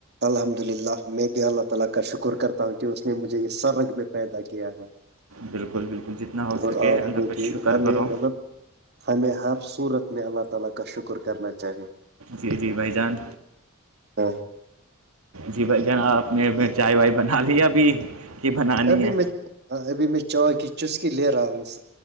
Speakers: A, on the right; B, on the right.
A: الحمدللہ میں بھی اللہ تعالی کا شکر کرتا ہوں کہ اس نے مجھے یہ سر رگ میں پیدا کیا ہے
B: بالکل بالکل جتنا ہو
A: اور
B: سکے
A: آپ
B: اللہ
A: کو
B: کا
A: بھی
B: شکر
A: ہمیں
B: کرو
A: مطلب ہمیں ہر صورت میں اللہ تعالی کا شکر کرنا چاہیے
B: جی جی بھائی جان
A: ہاں
B: جی بھائی جان آپ نے چائے وائے بنا لی ابھی کہ بنانی
A: ابھی
B: ہے
A: میں ابھی میں چا کی چسکی لے رہا ہوں سے